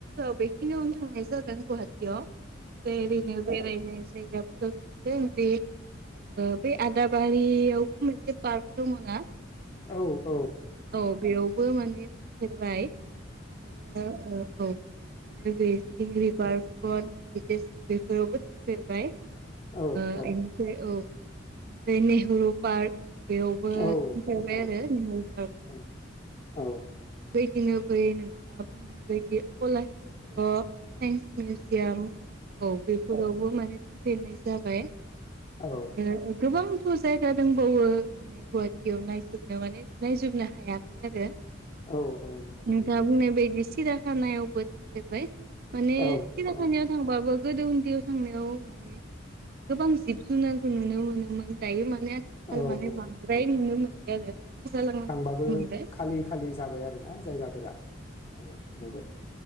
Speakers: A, on the right (about 50°); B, on the left (about 35°).
A: औ बेखिनियावनो थांनाय जादों गुवाहाटियाव बेनिफ्राय ओरैनो बेरायनाय जायगा <unintelligible> ओ बे आदाबारियावबो मोनसे पार्क दङ'ना
B: औ औ
A: औ बेयावबो माने थांफेरबाय आरो ओ औ आरो बेसिं रिभार फोर हेरिटेज बेफोरावबो थांफेरबाय
B: औ
A: ओ
B: औ औ
A: एनफ्राय औ ओमफ्राय नेहरु पार्क बेयावबो
B: औ
A: थांफेरबाय
B: औ
A: आरो
B: औ औ
A: बिदिनो बै नोंथाङा बुंनाय बायदि कलाक्षेत्र साइन्स मिउजियाम औ बेफोरावबो माने थांफेरनाय जाबाय
B: औ
A: आरो गोबांथ' जायगा दंबावो माने गुवाहाटियाव नायजोबनो माने नायजोबनो हायाखै आरो
B: औ औ नोंथां
A: नोंथाङा
B: नंगौ
A: बुंनाय बायदि सिरियाखानायावबो थांफेरबाय माने
B: औ
A: सिराखानायाव
B: औ
A: थांबाबो गोदो उन्दैयाव थांनायाव माने गोबां जिब जुनारखौ नुनो मोनोमोन दायो मान ने आथिखाल
B: औ
A: माने बांद्राय नुनो मोनला आरो। खम जालांनायखौ
B: थांबाबो
A: नुनो मोनबाय
B: खालि खालि जाबाय आरोना जायगाफोरा औ नंगौ।